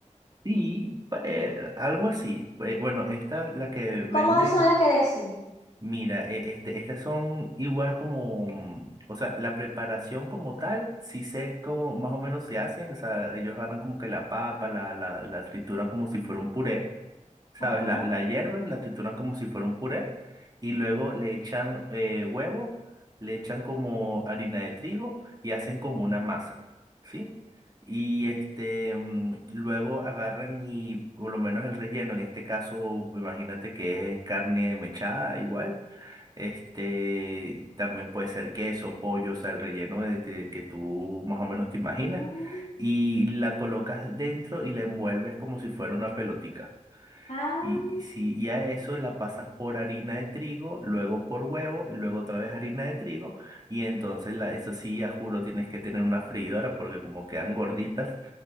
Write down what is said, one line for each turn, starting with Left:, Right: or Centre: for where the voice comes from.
Right: Sí, pa- eh, algo así. Eh, bueno, esta, la que venden,
Left: ¿Cómo son las que decís?
Right: mira, eh, este, estas son igual como, mm, o sea, la preparación como tal, sí sé cómo más o menos se hacen. O sea, ellos agarran como que la papa, la, la, la trituran como si fuera un puré. ¿Sabes?
Left: Ajá.
Right: La, la hierven, la trituran como si fuera un puré y luego le echan eh, huevo, le echan como harina de trigo y hacen como una masa, ¿sí? Y este, mm, luego agarran y por lo menos el relleno, en este caso, imagínate que es carne mechada igual. Este, también puede ser queso, pollo, o sea, el relleno de, de que tú más o menos te imaginas.
Left: Mm,
Right: Y la colocas dentro y la envuelves como si fuera una pelotica.
Left: ah,
Right: Y si y a eso la pasas por harina de trigo, luego por huevo, y luego otra vez harina de trigo, y entonces la, eso sí, ya juro, tienes que tener una freidora porque como quedan gorditas,